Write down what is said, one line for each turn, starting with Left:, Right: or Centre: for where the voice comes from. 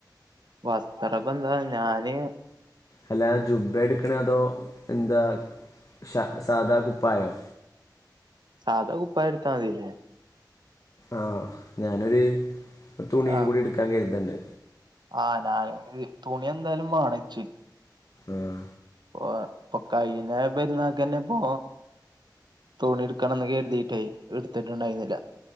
Right: വരസ്ത്രപ്പ എന്താ ഞാന്
Left: അല്ല ജുബ എടുക്കണ അതോ എന്താ സാ സാധാ കുപ്പായോ
Right: സാധാ കുപ്പായം എടുത്താ മതില്ലേ
Left: ആഹ് ഞാനൊരു തുണിയും
Right: ആഹ്
Left: കൂടി എടുക്കാൻ കരുതണ്ട്
Right: ആഹ് ഞാന് തുണി എന്തായാലും വണച്ച്
Left: ആഹ്
Right: ഓഹ് ഇപ്പോകഴിഞ്ഞ പരുന്നക്കന്നെ പോ തുണി എടുക്കണംന്ന് കരുതിയിട്ടേ എടുത്തിട്ടുണ്ടായിരുന്നില്ല